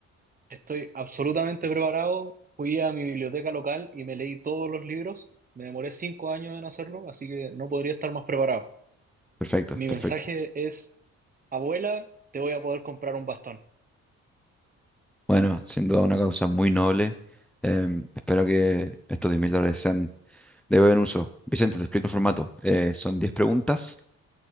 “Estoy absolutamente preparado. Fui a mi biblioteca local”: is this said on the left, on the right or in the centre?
Right